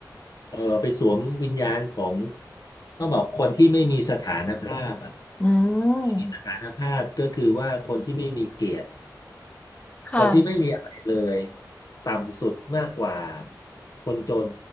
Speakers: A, on the left; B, on the left.
A: เออไปสวมวิญญาณของต้องบอกคนที่ไม่มีสถานภาพอ่ะ
B: อืม
A: มีสถานภาพก็คือว่าคนที่ไม่มีเกียรติ
B: ค่ะ
A: คนที่ไม่มีอะไรเลยต่ำสุดมากกว่าคนจน